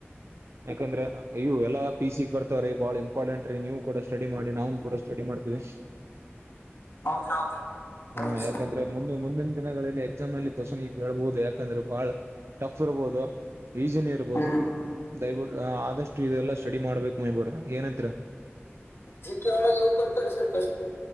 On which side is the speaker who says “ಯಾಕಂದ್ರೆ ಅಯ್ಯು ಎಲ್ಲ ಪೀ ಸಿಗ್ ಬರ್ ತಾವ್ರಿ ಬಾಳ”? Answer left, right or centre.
Right